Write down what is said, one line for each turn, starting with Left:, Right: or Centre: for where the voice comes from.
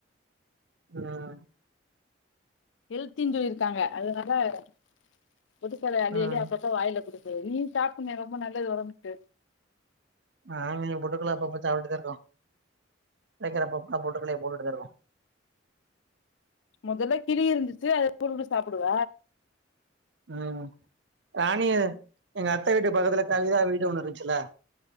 Right: ம்
Left: ஹெல்த்தின் சொல்லிருக்காங்க அது நல்லா ஆயிரு பொட்டுக்கல்ல அல்லி
Right: ம்
Left: அல்லி அப்பப்ப வாயில கொடுக்கற நீ சாப்டனே ரொம்ப நல்லது ஒடம்புக்கு
Right: நாங்களு பொட்டுக்கல்ல அப்பப்ப சாப்ட்டு தா இருக்கோ கெடக்கிறப்பப்ப பொட்டுக்கல்லைய போட்டுட்டுதா இருக்கோ
Left: முதல்ல கிளி இருந்துச்சு அத குருஞ் சாப்புடுவ
Right: ம் ராணி எங்க அத்த வீட்டு பக்கத்துல கவிதா வீடு ஒண்ணு இருந்துச்சுல